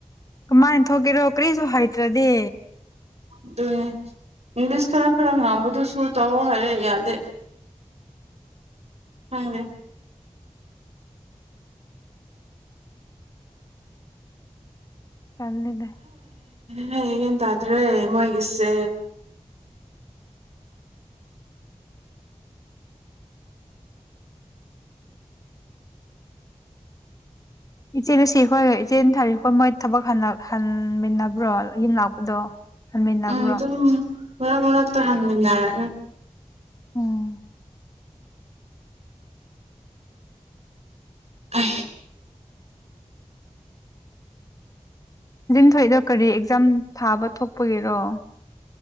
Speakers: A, on the left; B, on the right.
A: ꯀꯃꯥꯏꯅ ꯊꯣꯛꯒꯦꯔꯣ ꯀꯔꯤꯁꯨ ꯍꯥꯏꯇ꯭ꯔꯗꯤ
B: ꯑꯗꯨꯅꯦ ꯏꯪꯂꯤꯁ ꯈꯔ ꯈꯔ ꯉꯥꯡꯕꯗꯨꯁꯨ ꯇꯧꯑꯣ ꯍꯥꯏꯔ ꯌꯥꯗꯦ ꯍꯪ
A: ꯆꯜꯅꯦ
B: ꯍ ꯌꯦꯟ ꯇꯥꯗ꯭ꯔꯦ ꯃꯣꯏꯒꯤꯁꯦ
A: ꯏꯆꯦ ꯁꯤꯈꯣꯏꯒ ꯏꯆꯦ ꯊꯥꯔꯤꯛꯄ ꯃꯣꯏ ꯊꯕꯛ ꯍꯟꯃꯤꯟꯅꯕ꯭ꯔꯣ ꯌꯨꯝ ꯂꯥꯛꯄꯗꯣ ꯍꯟꯃꯤꯟꯅꯕ꯭ꯔꯣ
B: ꯎꯝ ꯑꯗꯨꯝ ꯃꯔꯛ ꯃꯔꯛꯇ ꯍꯪꯃꯤꯟꯅꯔꯦ
A: ꯎꯝ
B: ꯑ
A: ꯂꯤꯟꯊꯣꯏꯗꯣ ꯀꯔꯤ ꯑꯦꯛꯖꯥꯝ ꯊꯥꯕ ꯊꯣꯛꯄꯒꯦꯔꯣ